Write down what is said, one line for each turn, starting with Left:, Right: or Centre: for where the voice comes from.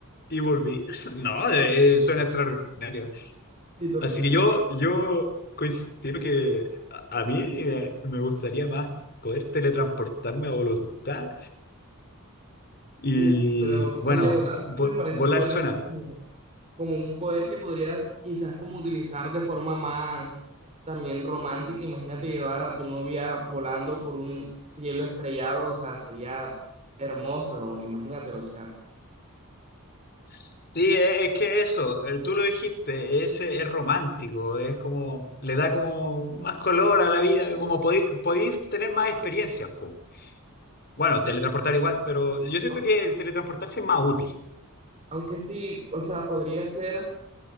Left: y volví. <laughs> No, eh, suena extraordinario.
Right: Sí, total.
Left: Así que yo, yo coincido que a, a mí eh, me gustaría más poder teletransportarme a voluntad y
Right: Uf, pero
Left: bueno,
Right: el de volar
Left: vo-
Right: me parece
Left: volar
Right: un poder
Left: suena
Right: así
Left: bien.
Right: como como un poder que podrías quizás como utilizar de forma más también romántica. Imagínate llevar a tu novia volando por un cielo estrellado, o sea, sería hermoso, imagínatelo, o sea.
Left: Sí, e- es, que eso, eh, tú lo dijiste, es, es romántico, es como, le da como más color a la vida, como podí- podéis tener más experiencias, po. Bueno, teletransportar igual, pero yo siento
Right: Au-
Left: que el teletransportarse es más útil.
Right: Aunque sí, o sea, podría ser